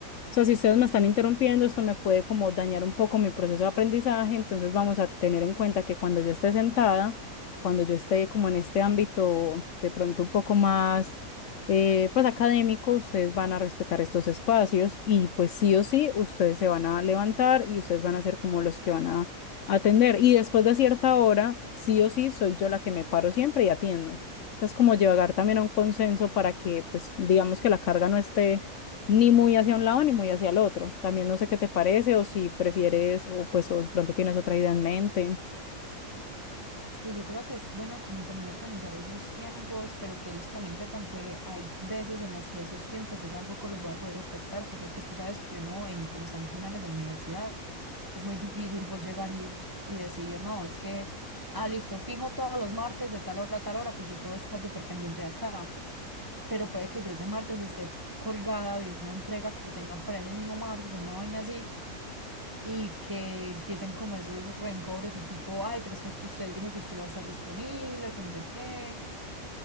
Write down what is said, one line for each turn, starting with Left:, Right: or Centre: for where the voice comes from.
Left: o sea, si ustedes me están interrumpiendo, esto me puede como dañar un poco mi proceso de aprendizaje, entonces vamos a tener en cuenta que cuando yo esté sentada, cuando yo esté como en este ámbito de pronto un poco más, eh, pues académico, ustedes van a respetar estos espacios y pues sí o sí, ustedes se van a levantar y ustedes van a ser como los que van a atender. Y después de cierta hora, sí o sí, soy yo la que me paro siempre y atiendo. O sea, es como llegar también a un consenso para que, pues, digamos que la carga no esté ni muy hacia un lado ni muy hacia el otro. También no sé qué te parece o si prefieres o pues o de pronto tienes otra idea en mente.
Right: Sí, yo creo que es bueno como también organizar esos tiempos, pero que ellos también sepan que hay veces en las que esos tiempos yo tampoco los voy a poder respetar, porque pues tú sabes que uno en, cuando están en finales de la universidad es muy difícil vos llegar y, y decir, no, es que, ah, listo, fijo todos los martes de tal hora a tal hora, pues yo puedo estar súper pendiente de acá, pero puede que yo ese martes esté colgada de una entrega que tengan para ese mismo martes, una vaina así, y que empiecen como esos rencores o tipo, ay, pero es que usted dijo que usted iba a estar disponible, que no sé qué.